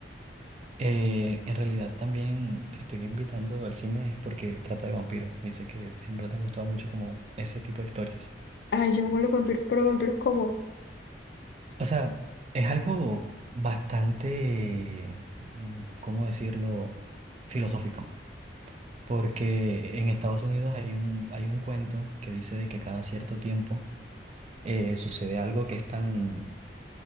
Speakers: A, on the right (about 35°); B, on the left (about 60°).
A: Eh, en realidad también te estoy invitando al cine es porque trata de vampiros y sé que siempre te han gustado mucho como ese tipo de historias.
B: Ay, yo amo los vampiros, pero vampiros como,
A: O sea, es algo bastante, mm, ¿cómo decirlo? filosófico. Porque en Estados Unidos hay un, hay un cuento que dice de que cada cierto tiempo eh, sucede algo que es tan,